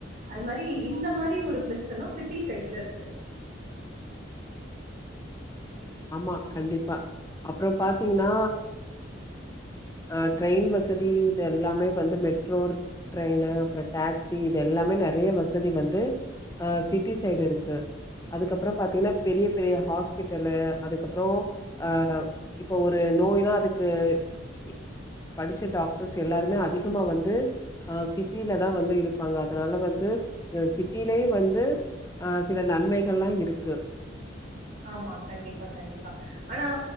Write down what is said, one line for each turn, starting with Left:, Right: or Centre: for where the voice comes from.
Right: அது மாரி இந்த மாரி ஒரு பிளஸ்ல்லா சிட்டி சைட்லா இருக்கு
Left: ஆமா கண்டிப்பா அப்புறோ பாத்தீங்னா அ ட்ரெயின் வஸ் வசதி இது எல்லாமே வந்து மெட் ட்டோர் ட்ரெயினு அப்புறோம் டேக்ஸி இது எல்லாமே நெறைய வசதி வந்து அ சிட்டி சைடு இருக்கு அதுக்கப்புறம் பாத்தீங்னா பெரிய பெரிய ஹாஸ்பிட்டலு அதுக்கப்றோம் ஆ இப்போ ஒரு நோய்னா அதுக்கு எ படிச்ச டாக்டர்ஸ் எல்லாருமே அதிகமா வந்து ஆ சிட்டில தா வந்து இருப்பாங்க அதனால வந்து இது சிட்டிலே வந்து ஆ சில நன்மைகள்லா இருக்கு
Right: ஆமா கண்டிப்பா கண்டிப்பா ஆனா